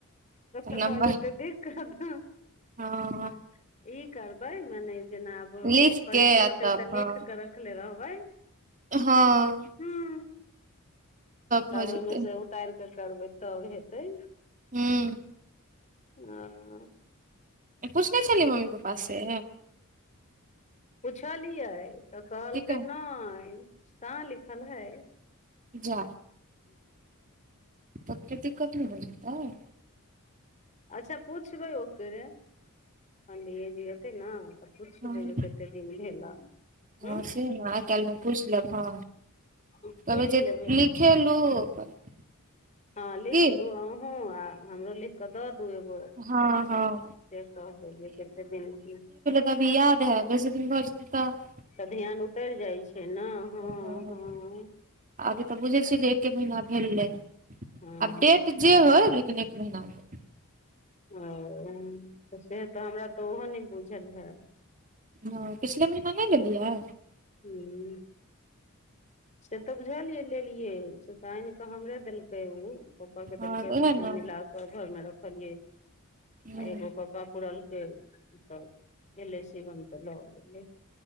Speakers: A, on the left (about 35°); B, on the right (about 35°).
A: प्रत
B: नम्बर
A: भ जेतै देख <unintelligible>
B: हँ
A: ई करबै मने जेना आब
B: लिख
A: करैके
B: के आ
A: होतै
B: तब
A: तऽ लिख
B: हँ
A: कऽ रखले रहबै।
B: हँ
A: हूँ आ
B: भऽ
A: तब
B: जेतै
A: ओहिमे से उतार कऽ करबै तब हेतै।
B: हूँ
A: हँ
B: पुछने छलियै मम्मी पप्पा से?
A: पुछलियै तऽ कहलकै
B: की कह
A: नहि। कहाँ लिखल है?
B: प जा तबके दिक्कत नहि हो जेतऽ
A: अच्छा पूछबै ओकरे पण्डीेजी एऔते ने। त पुछबै
B: हँ
A: जे कते दिन भेला
B: हँ
A: उ
B: से ने आइ काल्हिमे पूछि लेब हँ
A: <unintelligible> हम पूछि
B: कहबै जे
A: लेबै
B: <unintelligible>
A: हँ लिखलु
B: की
A: अहँ आ हमरो लिख के दऽ दू एगो
B: हँ
A: पर्ची
B: हँ
A: से कहबै जेते दिन की
B: तभी याद हे बेस दिन भो जेतै तब
A: तऽ ध्यान उतरि जाइ छैय नैय हां
B: हँ
A: हां
B: अभी तऽ बुझैय छियै जे एके महीना भेलै।
A: हां
B: आब डेट जे होैय लेकिन एक महीना भेलै।
A: ओ तऽ से तऽ हमरा तऽ ओहो नैय बुझल हय
B: हां पिछले महीना नैय लेलियै
A: हूँ से तऽ बुझलियै लेलियै से तऽ आनि कऽ हमरे देलकै उ पप्पा के
B: हँ
A: देलकै
B: तऽ उएह
A: तखन
B: ने
A: मिलाक घर मे रखलियै आ
B: हँ
A: एगो पप्पा पूड़लकै तब एलै शिवम तऽ लऽ गेलै